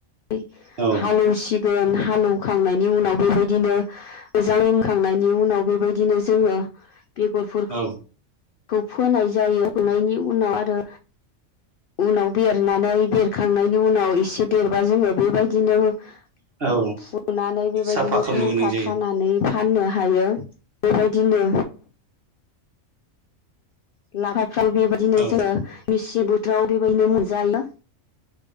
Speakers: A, on the left; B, on the right.
A: <unintelligible>
B: औ
A: हालौ <unintelligible> <unintelligible> हालेवखांनायनि उनाव बेबायदिनो जाखां लोंखांनायनि उनाव बेबायदिनो जोङो बेगरफोर <unintelligible>
B: औ
A: फोनाय जायो होनोनायनि उनाव आरो उनाव बेरनानै बेरखांनायनि उनाव एसे देरबा जोङो <unintelligible> <unintelligible>
B: औ
A: फुनानै बेबायदिनो
B: साफा खालामनो
A: मुथा
B: गोनां जायो
A: खानानै फाननो हायो बेबायदिनो <unintelligible> <unintelligible> बेबायदिनो
B: औ
A: जोङो <unintelligible> <unintelligible> बोथोराव बेबायदिनो मोनजायो।